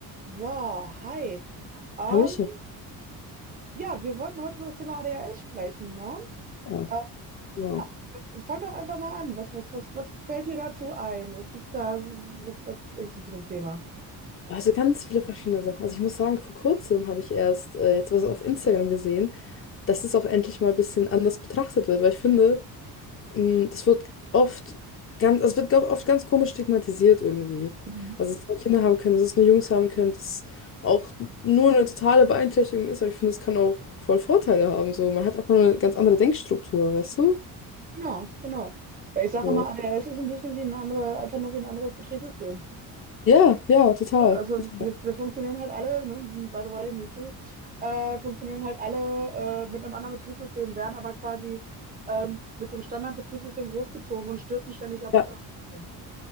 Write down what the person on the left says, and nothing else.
Hallöchen.
Ja,
wow.
Ja, Also ganz viele verschiedene Sachen. Also ich muss sagen, vor kurzem habe ich erst äh, jetzt was auf Instagram gesehen, dass es auch endlich mal ein bisschen anders betrachtet wird, weil ich finde, mh, das wird oft ganz, also es wird glaub- oft ganz komisch stigmatisiert irgendwie.
Also dass es nur Kinder haben können, dass es nur Jungs haben können, dass es auch nur eine totale Beeinträchtigung ist, aber ich finde, es kann auch voll Vorteile haben. So, man hat einfach eine ganz andere Denkstruktur, weißt du?
So.
Ja, ja, total.
total.
Ja.